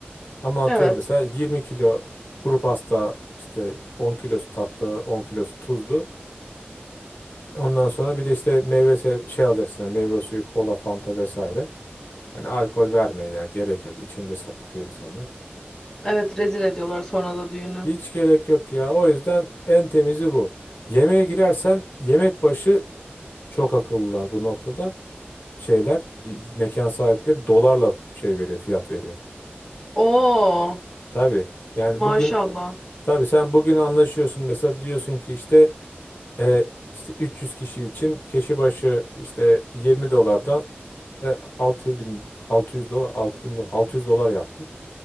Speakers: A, on the left; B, on the left.
A: Ama atıyorum
B: Evet.
A: mesela 20 kilo kuru pasta işte 10 kilosu tatlı 10 kilosu tuzlu. Ondan sonra bir de işte meyve se- şey alacaksın yani meyve suyu kola fanta vesaire. Yani alkol vermeyin yani gerek yok. İçince sapıtıyor insanlar.
B: Evet rezil ediyorlar sonra da düğünü.
A: Hiç gerek yok ya. O yüzden en temizi bu. Yemeğe girersen yemek başı çok akıllılar bu noktada. Şeyler mekan sahipleri dolarla şey veriyor, fiyat veriyor.
B: Oo
A: Tabii. Yani
B: maşallah.
A: bugün tabii sen bugün anlaşıyorsun mesela diyorsun ki işte e, işte 300 kişi için kişi başı işte 20 dolardan e, 6000 600 dolar 6000 dolar 600 dolar yaptı.